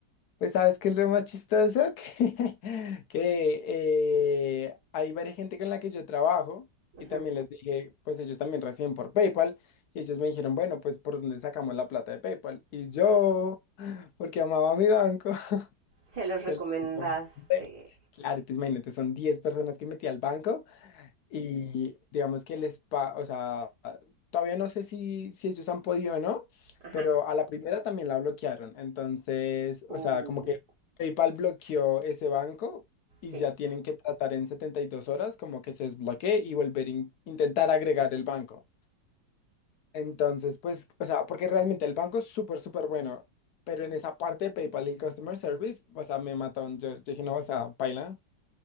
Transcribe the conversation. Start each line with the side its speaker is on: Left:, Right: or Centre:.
Left: Pues sabes que es lo más chistoso que, <laughs> que eh, hay varias gente con la que yo trabajo
Right: Ujú,
Left: y también les dije, pues ellos también reciben por PayPal y ellos me dijeron, bueno, pues por dónde sacamos la plata de PayPal. Y yo,
Right: ujú.
Left: <laughs> porque amaba a mi banco, <laughs>
Right: Se los
Left: se
Right: recomendaste.
Left: lo dije. <laughs> Claro, entonces imagínate, son 10 personas que metí al banco y digamos que el spa, o sea, todavía no sé si, si ellos han podido o no,
Right: Ajá.
Left: pero a la primera también la bloquearon. Entonces, o
Right: Uh,
Left: sea, como que PayPal bloqueó ese banco y
Right: sí.
Left: ya tienen que tratar en 72 horas como que se desbloquee y volver a in- intentar agregar el banco. Entonces, pues, o sea, porque realmente el banco es súper, súper bueno, pero en esa parte de PayPal y el Customer Service, o sea, me mataron. Yo, yo dije, no, o sea, paila.